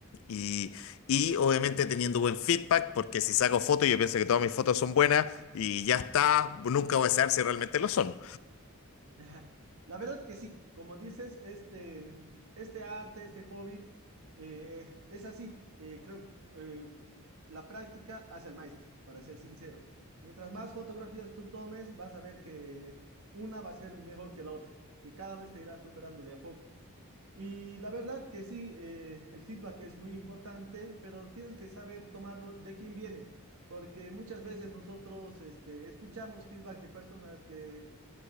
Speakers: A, on the left (about 65°); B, on the right (about 75°).
A: y, y obviamente teniendo buen feedback, porque si saco fotos, yo pienso que todas mis fotos son buenas y ya está, nunca voy a saber si realmente lo son.
B: Ajá. La verdad que sí, como dices, este, mm, este arte, este hobby, eh, es así. eh, creo eh, la práctica hace al maestro, para ser sincero. Mientras más fotografías tú tomes, vas a ver que una va a ser mejor que la otra, que cada vez te irás superando de a poco. Y la verdad que sí, eh, el feedback es muy importante, pero tienes que saber tomarlo de quién viene, porque muchas veces nosotros este, escuchamos feedback de personas que